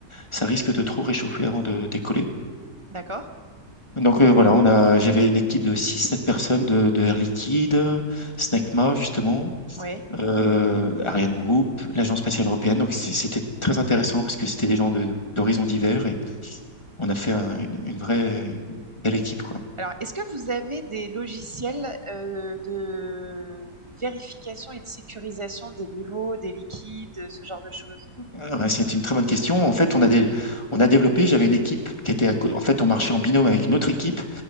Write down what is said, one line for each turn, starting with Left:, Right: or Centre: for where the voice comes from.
Left: ça risque de trop réchauffer avant de décoller.
Right: D'accord.
Left: Donc euh, voilà, on a, j'avais une équipe de six sept personnes de, de Air Liquide, Snecma justement,
Right: Oui.
Left: euh, Ariane Group, l'Agence spatiale européenne. Donc c- c'était très intéressant parce que c'était des gens de, d'horizons divers et on a fait un- une, une vraie belle équipe, quoi.
Right: Alors, est-ce que vous avez des logiciels euh, de vérification et de sécurisation des niveaux, des liquides, ce genre de choses?
Left: Ah ben, c'était une très bonne question. En fait, on a, des, on a développé, j'avais une équipe qui était, à co- en fait, on marchait en binôme avec une autre équipe